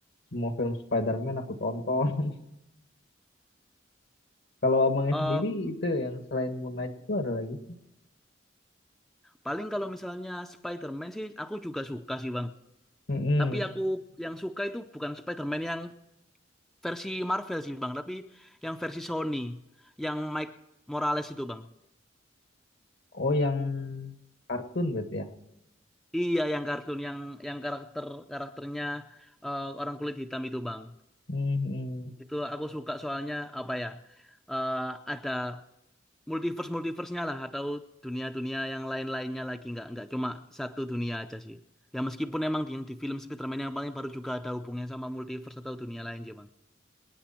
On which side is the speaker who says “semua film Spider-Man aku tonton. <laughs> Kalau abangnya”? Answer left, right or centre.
Left